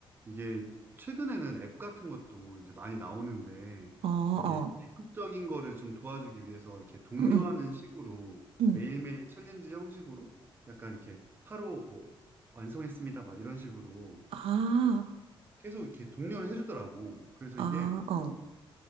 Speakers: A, on the right; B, on the right.
A: 이게 최근에는 앱 같은 것도 이제 많이 나오는데
B: 어, 어.
A: 이게 대폭적인 거를 좀 도와주기 위해서 이렇게 독려하는
B: 응, 응,
A: 식으로
B: 응.
A: 매일매일 챌린지 형식으로 약간 이렇게 하루 뭐 완성했습니다 막 이런 식으로
B: 아,
A: 계속 이렇게 독려를 해주더라고. 그래서
B: 아,
A: 이게
B: 어.